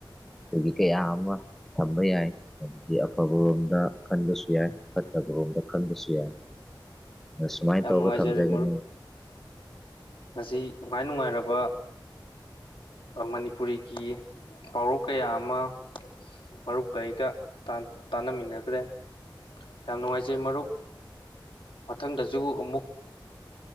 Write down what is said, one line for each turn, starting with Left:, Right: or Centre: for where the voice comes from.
Centre: ꯑꯩꯈꯣꯏꯒꯤ ꯀꯌꯥꯑꯃ ꯊꯝꯕ ꯌꯥꯏ ꯍꯥꯏꯗꯤ ꯑꯐꯕꯔꯣꯝꯗ ꯈꯟꯕꯁꯨ ꯌꯥꯏ ꯐꯠꯇꯕꯔꯣꯝꯗ ꯈꯟꯕꯁꯨ ꯌꯥꯏ ꯑ ꯁꯨꯃꯥꯏꯅ
Left: ꯌꯥꯝ
Centre: ꯇꯧꯔꯒ
Left: ꯅꯨꯡꯉꯥꯏꯖꯔꯦ
Centre: ꯊꯝꯖꯒꯦꯅꯦ
Left: ꯃꯁꯤ ꯅꯨꯡꯉꯥꯏ ꯅꯨꯡꯉꯥꯏꯔꯕ ꯑ ꯃꯅꯤꯄꯨꯔꯤꯒꯤ ꯄꯥꯎꯔꯣꯛ ꯀꯌꯥ ꯑꯃ ꯃꯔꯨꯞ ꯀꯩꯒ ꯇꯥꯟꯅꯃꯤꯟꯅꯈ꯭ꯔꯦ ꯌꯥꯝ ꯅꯨꯡꯉꯥꯏꯖꯩ ꯃꯔꯨꯞ ꯃꯊꯪꯗꯁꯨ ꯑꯃꯨꯛ